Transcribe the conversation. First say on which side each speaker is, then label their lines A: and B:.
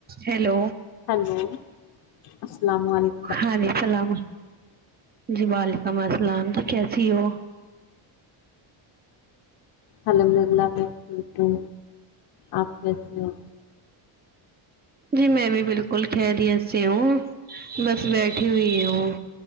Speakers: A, on the right; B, on the left.
A: hello
B: hello السلام و علیک
A: ہاںلم السلام جی وعلیکم السلام جی کیسی ہو
B: الحمد للہ میں ٹھیک ہو آپ کیسے ہو
A: جی میں بھی بالکل خریت سے ہوں بس بیٹھی ہوئی ہوں